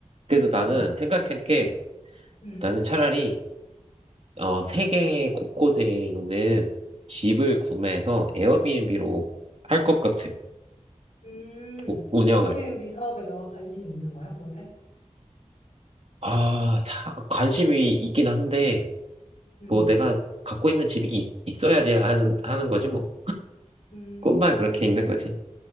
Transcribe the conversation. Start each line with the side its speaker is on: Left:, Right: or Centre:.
Right: 그래서 나는
Left: 맞아.
Right: 생각한 게
Left: 음,
Right: 나는 차라리 어, 세계 곳곳에 있는 집을 구매해서 에어비앤비로 할 것 같아.
Left: 음,
Right: 우- 운영을.
Left: 에어비앤비 사업에 너가 관심이 있는 거야, 원래?
Right: 아, 사- 관심이 있긴 한데
Left: 음,
Right: 뭐 내가 갖고 있는 집이 있, 어야지 하는 하는 거지 뭐.
Left: 음,
Right: 꿈만 그렇게 있는 거지.